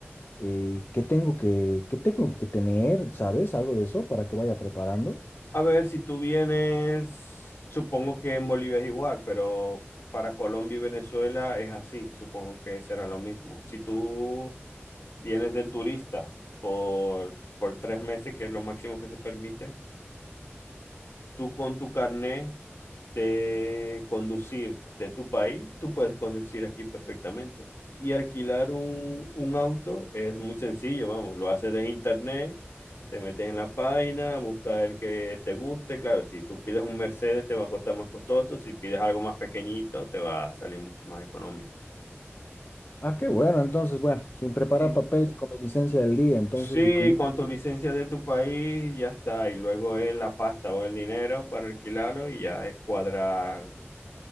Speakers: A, on the left; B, on the left.
A: eh, ¿qué tengo que, qué tengo que tener? ¿Sabes? Algo de eso para que vaya preparando.
B: A ver, si tú vienes, supongo que en Bolivia es igual, pero para Colombia y Venezuela es así, supongo que será lo mismo. Si tú vienes de turista por, por tres meses, que es lo máximo que se permite, tú con tu carné de conducir de tu país, tú puedes conducir aquí perfectamente. Y alquilar un, un auto es muy sencillo, vamos, lo haces desde internet, te metes en la página, buscas el que te guste. Claro, si tú pides un Mercedes te va a costar más costoso, si pides algo más pequeñito te va a salir mucho más económico.
A: Ah, qué bueno, entonces, bueno, sin preparar
B: Eh,
A: papeles, con mi licencia del día, entonces,
B: Sí,
A: ¿y cómo?
B: con tu licencia de tu país ya está, y luego es la pasta o el dinero para alquilarlo y ya es cuadrar